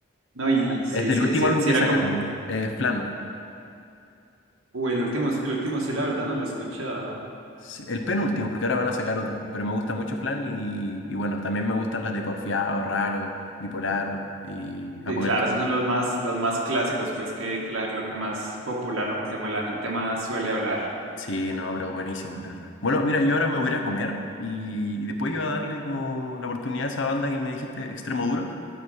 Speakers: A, on the right; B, on the left.
A: No, y sí,
B: Es del
A: sí,
B: último
A: sí,
B: álbum
A: sí
B: que
A: era
B: sacaron,
A: como,
B: eh, Flan.
A: uy, el último, el último sí, la verdad, no lo he escuchado.
B: Sí, El penúltimo, porque ahora van a sacar otro, pero me gusta mucho Flan y, y bueno, también me gustan las de Porfiado, Raro, Bipolar y
A: Sí,
B: Apocalipsis.
A: claro, esos son los más, los más clásicos, pues que, que la- lo que más popular, lo que más la gente más suele hablar.
B: Sí, no, pero buenísimo, la verdad. Bueno, mira, yo ahora me voy a ir a comer y, y después iba a darle como la oportunidad a esa banda que me dijiste, Extremo Duro.